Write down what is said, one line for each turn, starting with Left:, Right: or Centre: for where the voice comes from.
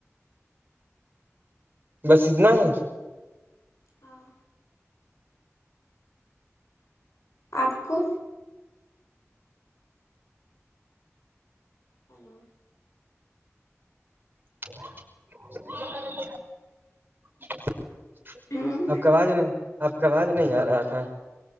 Right: بس اتنا ہے
Left: ہاں آپ کو ہلو
Right: <unintelligible> <inaudible>
Left: ہوں
Right: اب ک آج ج نہیں اب کاواز نہیں آ رہا تھا